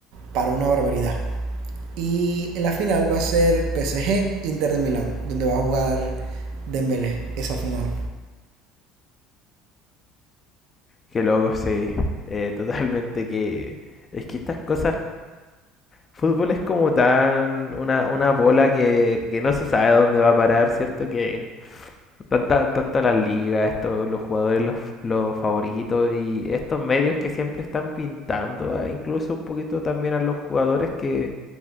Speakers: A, on the right (about 70°); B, on the left (about 25°).
A: para una barbaridad. Y en la final va a ser PSG Inter de Milán, donde va a jugar Dembélé esa final.
B: Qué loco, sí. Eh, totalmente que... Es que estas cosas... Fútbol es como tan... Una, una bola que, que no se sabe dónde va a parar, ¿cierto? Que tanta, tanta la liga, esto, los jugadores, los, los favoritos y estos medios que siempre están pintando, ah, incluso un poquito también a los jugadores que...